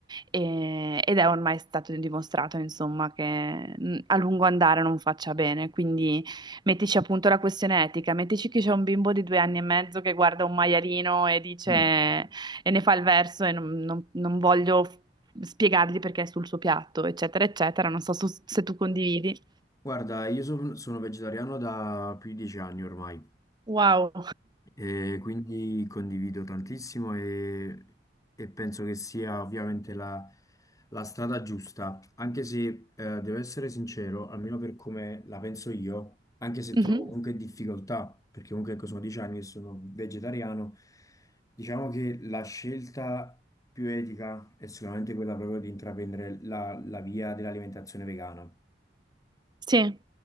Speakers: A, on the right; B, on the left.
A: e- ed è ormai stato dimostrato, insomma, che mm, a lungo andare non faccia bene. Quindi mettici appunto la questione etica, mettici che c'è un bimbo di due anni e mezzo che guarda un maialino e dice
B: mm,
A: e ne fa il verso e non non- non voglio spiegargli perché è sul suo piatto, eccetera, eccetera. Non so su- se tu condividi.
B: guarda, io son- sono vegetariano da più di dieci anni ormai.
A: Wow.
B: E quindi condivido tantissimo e, e penso che sia ovviamente la, la strada giusta, anche se eh, devo essere sincero, almeno per come la penso io, anche se
A: Mhm.
B: trovo comunque difficoltà, perché comunque ecco, sono dieci anni che sono vegetariano, diciamo che la scelta più etica è sicuramente quella proprio di intraprendere la la via dell'alimentazione vegana.
A: Sì,